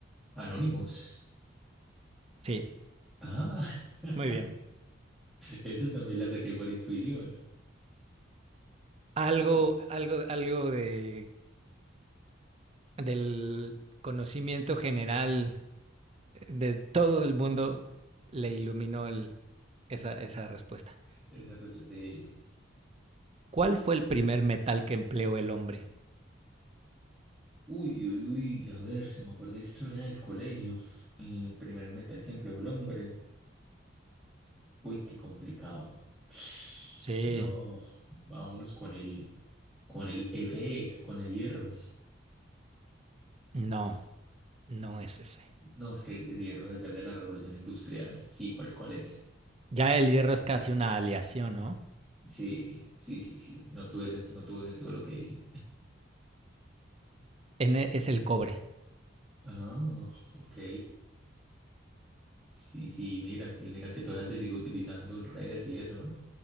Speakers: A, in the centre; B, on the right.
A: Anónimos.
B: Sí,
A: Ah, <laughs>
B: muy bien.
A: eso también la saqué por intuición.
B: Algo,
A: No,
B: algo, algo de, del conocimiento general de todo el mundo le iluminó el- esa, esa respuesta.
A: esa respuesta. sí.
B: ¿Cuál fue el primer metal que empleó el hombre?
A: Uy, uy, uy, a ver, se me acuerda de historia del colegio. El primer metal que empleó el hombre. Uy, qué complicado. <sighs>
B: Sí,
A: No, vámonos con el, con el Fe, con el hierro.
B: no, no es ese.
A: No, es que el hierro debe ser de la revolución industrial. Sí, ¿cuál, cuál es?
B: Ya el hierro es casi una aleación, ¿no?
A: Sí, sí, sí, sí. No tuve, sen- no tuvo sentido lo que dije.
B: En e- es el cobre.
A: Ah, ok. Sí, sí, mira, y mira que todavía se sigue utilizando en redes y eso, ¿no?